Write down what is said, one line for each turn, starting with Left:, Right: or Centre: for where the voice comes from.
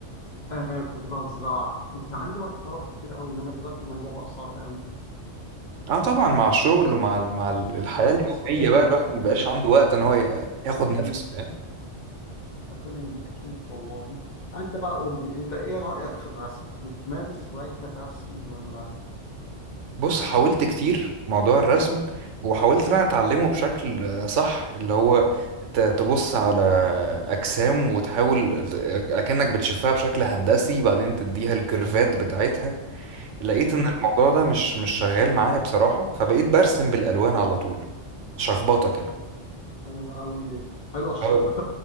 Left: آه كنت بزرع كنت عندي وقت فراغ كتير أوي إنما دلوقتي الموضوع بقى صعب أوي
Right: اه طبعا مع الشغل ومع ال- مع ال- الحياة
Left: مع المسؤولية
Right: اليومية بقى الواحد
Left: بيني
Right: مبيبقاش
Left: وبين
Right: عنده وقت ان هو ي- ياخد
Left: أكيد
Right: نفسه يعني
Left: آه، تمام أكيد والله أنت بقى قول لي أنت إيه رأيك في الرسم؟ بتمارس هواية الرسم ولا
Right: بص حاولت كتير موضوع الرسم وحاولت ان انا اتعلمه بشكل آه، صح اللي هو ت- تبص على أجسام وتحاول ت- أكنك بتشوفها بشكل هندسي بعدين تديها الكيرفات بتاعتها لقيت
Left: تمام
Right: ان الموضوع ده مش مش شغال معايا بصراحة فبقيت برسم بالالوان على طول شخبطة كده
Left: حلوة أوي حلوة
Right: أو-
Left: الشربات